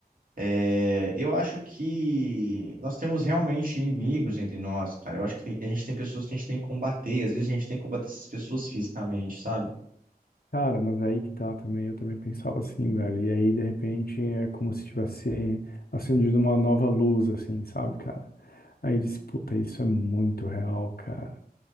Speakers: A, on the right (about 55°); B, on the left (about 70°).
A: É, eu acho que nós temos realmente inimigos entre nós, cara. Eu acho que tem- a gente tem pessoas que a gente tem que combater, às vezes a gente tem que combater essas pessoas fisicamente, sabe?
B: Cara, mas aí que tá também, eu também pensava assim, velho. E aí, de repente, é como se tivesse acendido uma nova luz, assim, sabe, cara? Aí eu disse, puta, isso é muito real, cara.